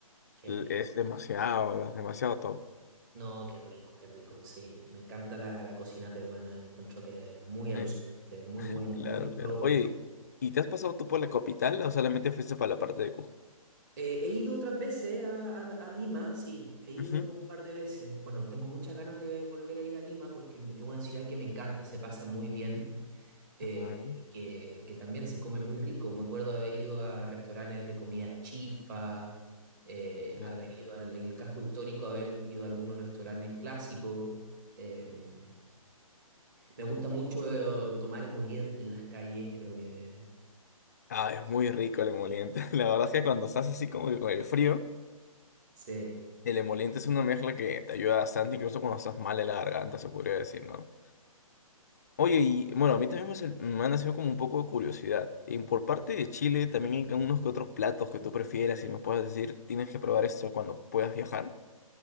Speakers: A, on the right; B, on the left.
A: Qué
B: l-
A: rico.
B: es demasiado, demasiado top.
A: No, qué rico, qué rico. Sí, me encanta la, la cocina peruana. Encuentro que es muy alucinante,
B: Eh,
A: muy buena,
B: Claro,
A: muy propia.
B: claro. Oye, ¿y te has pasado tú por la capital o solamente fuiste para la parte de Cusco?
A: Eh, he ido otras veces a, a- a Lima, sí, he ido
B: Ujú.
A: un par de veces. Bueno, tengo muchas ganas de volver a ir a Lima porque me- es una ciudad que me encanta, se pasa muy bien, eh,
B: Claro,
A: y que, que también se come muy rico. Me acuerdo de haber ido a restaurantes de comida chifa, eh,
B: no.
A: haber ido al el casco histórico, haber ido a algunos restaurantes clásicos. em, Me gusta mucho eh, tomar emoliente en las calles, creo que
B: Ah, es muy rico el emoliente. <laughs> La verdad es que cuando estás así como que con el frío,
A: sí.
B: el emoliente es una mezcla que te ayuda bastante, incluso cuando estás mal en la garganta, se podría decir, ¿no? Oye, y bueno, a mí también me, sal- me ha nacido como un poco de curiosidad. Y por parte de Chile, también hay unos que otros platos que tú prefieras y me puedes decir, tienes que probar esto cuando puedas viajar.